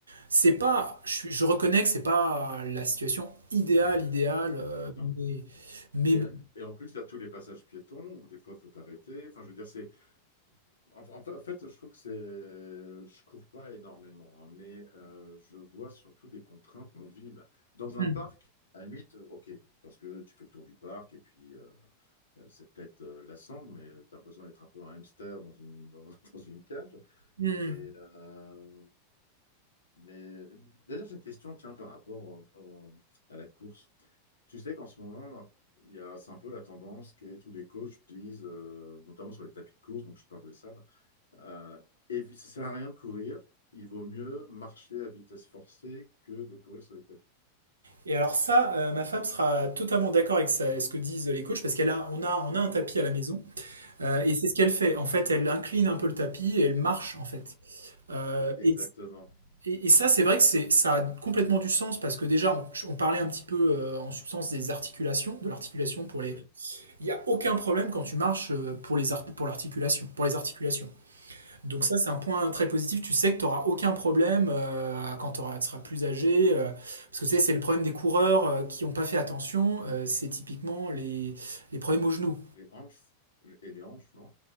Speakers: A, on the right; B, on the left.
A: C'est pas, je, suis- je reconnais que c'est pas la situation idéale, idéale, euh,
B: Ouais, non.
A: mais, mais
B: Et,
A: bon.
B: et en plus, il y a tous les passages piétons où des fois, il faut t'arrêter. Enfin, je veux dire, c'est. Enfin, en fait, en fait, je trouve que c'est. Je cours pas énormément, hein, mais euh, je vois surtout des contraintes en ville. Dans un
A: Hmm.
B: parc, à la limite, euh, OK, parce que tu fais le tour du parc et puis. euh, Euh, C'est peut-être euh, lassant, mais tu as l'impression d'être un peu un hamster dans une, dans, <laughs> dans une cage.
A: Hmm.
B: Mais, euh, mais d'ailleurs, j'ai une question, tiens, par rapport au- au- à la course. Tu sais qu'en ce moment, il y a, c'est un peu la tendance qui est tous les coachs disent, euh, notamment sur les tapis de course, donc je parle de ça, là, euh, évi- ça sert à rien de courir, il vaut mieux marcher à vitesse forcée que de courir sur les tapis.
A: Et alors ça, euh, ma femme sera totalement d'accord avec ça- ce que disent les coachs, parce qu'elle a, on a, on a un tapis à la maison, euh,
B: Oui,
A: et c'est ce qu'elle fait. En fait, elle incline un peu le tapis et elle marche en fait. Euh,
B: e- exactement.
A: et, et- et ça, c'est vrai que c'est, ça a complètement du sens parce que déjà, on, on parlait un petit peu euh, en substance des articulations, de l'articulation pour les.
B: Oui.
A: Il n'y a aucun problème quand tu marches euh, pour les art- pour l'articulation, pour les articulations. Donc
B: Mm.
A: ça, c'est un point très positif. Tu sais que tu n'auras aucun problème euh, quand t'auras- tu seras plus âgé. euh, parce que tu sais, c'est le problème des coureurs euh, qui n'ont pas fait attention. euh, c'est typiquement les, les problèmes aux genoux.
B: Les hanches, et les hanches, non?